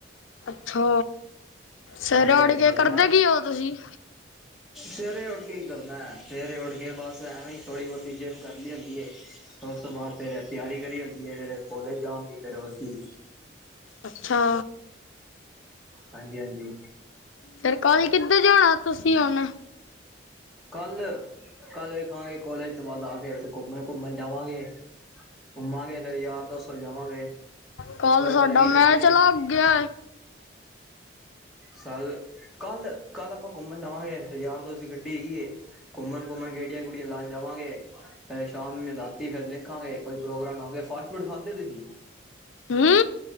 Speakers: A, on the left; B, in the centre.
A: ਅੱਛਾ ਸਵੇਰੇ
B: ਹਾਂਜੀ ਹਾਂਜੀ
A: ਉਠ ਕੇ ਕਰਦੇ
B: ਬਸ
A: ਕੀ ਹੋ ਤੁਸੀਂ?
B: ਸਵੇਰੇ ਉੱਠ ਕੇ ਹੀ ਕਰਨਾ। ਸਵੇਰੇ ਉੱਠ ਕੇ ਬਸ ਐਵੇਂ, ਥੋੜੀ ਬਹੁਤੀ ਜਿੰਮ ਕਰਨੀ ਹੁੰਦੀ ਐ। ਉਸ ਤੋਂ ਬਾਅਦ ਫੇਰ ਤਿਆਰੀ ਕਰੀ ਹੁੰਦੀ ਹੈ। ਫੇਰ ਕੋਲੇਜ ਜਾਣ ਦੀ, ਫਰ ਹੋਰ ਕੀ
A: ਅੱਛਾ।
B: ਹਾਂਜੀ ਹਾਂਜੀ
A: ਫਿਰ ਕੱਲ ਕਿੱਧਰ ਜਾਣਾ ਤੁਸੀਂ ਹੁਣ?
B: ਕੱਲ- ਕੱਲ ਵੇਖਾਂਗੇ ਕੋਲੇਜ ਤੋਂ ਬਾਅਦ ਆ ਕੇ, ਫਿਰ ਘੁੰਮਣ- ਘੁੰਮਣ ਜਾਵਾਂਗੇ। ਘੁੰਮਾਂਗੇ, ਫੇਰ ਯਾਰ ਦੋਸਤ ਕੋਲ ਜਾਵਾਂਗੇ।
A: ਕੱਲ
B: ਉਹਦੇ
A: ਸਾਡਾ,
B: ਕੋਲ ਹੈਗੀ
A: ਮੈਂ
B: ਗੱਡੀ
A: ਚਲਾ ਗਿਆ।
B: ਕੱਲ- ਕੱਲ -ਕੱਲ ਆਪਾਂ ਘੁੰਮਣ ਜਾਵਾਂਗੇ। ਯਾਰ ਦੋਸਤ ਗੱਡੀ ਹੈਗੀ ਹੈ। ਘੁੰਮਣ- ਘੁੰਮਣ ਗੇੜੀਆਂ- ਗੁੜੀਆਂ ਲਾਉਣ ਜਾਵਾਂਗੇ। ਫ ਸ਼ਾਮ ਰਾਤੀ ਫੇਰ ਦੇਖਾਂਗੇ। ਕੋਈ ਪ੍ਰੋਗਰਾਮ ਆਵਾਂਗੇ, ਫਾਸਟ- ਫੂਡ ਖਾਂਦੇ ਤੁਸੀਂ?
A: ਹੂੰ